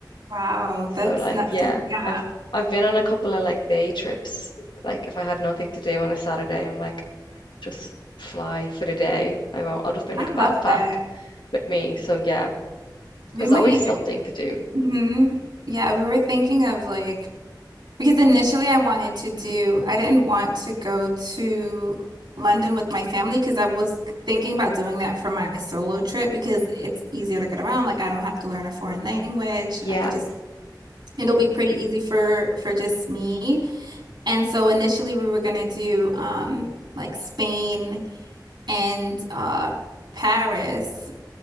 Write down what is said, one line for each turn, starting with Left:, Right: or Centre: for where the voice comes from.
Right: Wow, that's
Left: So like
Right: nuts.
Left: yeah,
Right: 'Cause, yeah,
Left: I've I've been on a couple of like day trips. Like if I had nothing to do on a Saturday, I'm like just fly for the day. I won't, I'll just bring
Right: I
Left: like a backpack
Right: love that.
Left: with me. So yeah,
Right: We
Left: there's
Right: might
Left: always
Right: even,
Left: something to do.
Right: Mhm. Yeah, we were thinking of like Because initially I wanted to do, I didn't want to go to London with my family because I was thinking about doing that for my solo trip because it's easier to get around. Like I don't have to learn a foreign language.
Left: Yeah.
Right: I can just, it'll be pretty easy for for just me. And so initially we were gonna do um like Spain and uh Paris.